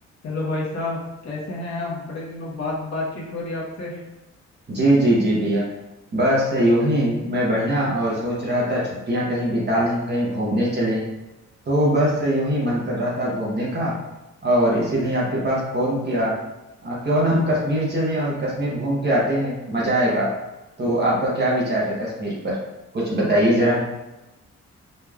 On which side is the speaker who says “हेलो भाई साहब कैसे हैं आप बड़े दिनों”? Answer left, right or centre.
Left